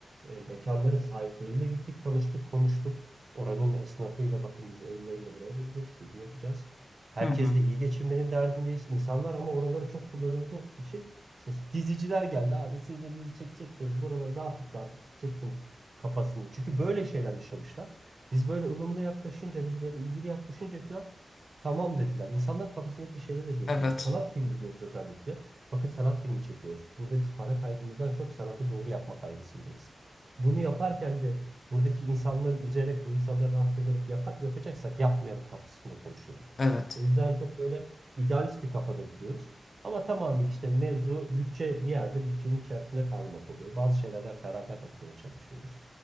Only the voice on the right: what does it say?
E, mekanların sahipleriyle gittik, tanıştık, konuştuk. Oranın esnafıyla bakın biz Eylül ayında buraya geleceğiz, film yapacağız. Herkes
de iyi geçinmenin derdindeyiz. İnsanlar ama oraları çok kullanıldığı için işte diziciler geldi abi siz de dizi çekecekseniz buraları dağıtıp dağıtıp çeksiniz kafasında. Çünkü böyle şeyler yaşamışlar. Biz böyle ılımlı yaklaşınca, biz böyle ilgili yaklaşınca falan tamam dediler. İnsanların kafasındaki bir şeyleri de değiştiriyoruz.
Sanat filmi diyoruz özellikle. Bakın sanat filmi çekiyoruz. Burada biz para kaygımızdan çok sanatı doğru yapma kaygısındayız. Bunu yaparken de buradaki insanları üzerek, bu insanları rahatsız ederek yap yapacaksak yapmayalım kafasında konuşuyorduk.
O yüzden çok böyle idealist bir kafada gidiyoruz. Ama tamamıyla işte mevzu bütçe bir yerde bütçenin içerisinde kalmak oluyor. Bazı şeylerden feragat etmeye çalışıyoruz.